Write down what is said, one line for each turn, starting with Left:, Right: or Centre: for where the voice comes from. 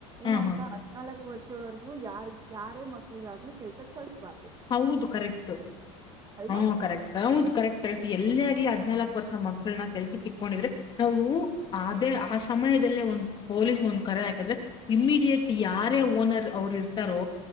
Right: ಏನಂತ
Left: ಹಾ ಹಾ
Right: ಹದ್ನಾಲ್ಕು ವರ್ಷ ಟು ವರೆಗೂ ಯಾರ್ಗ್ ಯಾರೇ ಮಕ್ಳಗಾಗ್ಲಿ ಕೆಲ್ಸಕ್ ಕಲ್ಸಬಾರ್ದ್
Left: ಹೌದು ಕರೆಕ್ಟ್
Right: ಅಲ್ವಾ
Left: ಹು ಕರೆಕ್ಟ್ ಹೌದು ಕರೆಕ್ಟ್ ಕರೆಕ್ಟ್ ಎಲ್ಲೇ ಆಗ್ಲಿ ಹದ್ನಾಲ್ಕಕ್ ವರ್ಷ ಮಕ್ಕಳ್ನ ಕೆಲ್ಸ್ ಇಕೊಂಡಿದ್ರೆ ನಾವು ಅದೇ ಆ ಸಮಯದಲ್ಲೇ ಒಂದ್ ಪೊಲೀಸ್ ಒಂದ್ ಕರೆ ಹಾಕಿದ್ರೆ ಇಮ್ಮಿಡಿಯೇಟ್ ಯಾರೇ ಓನರ್ ಅವರು ಇರ್ತಾರೋ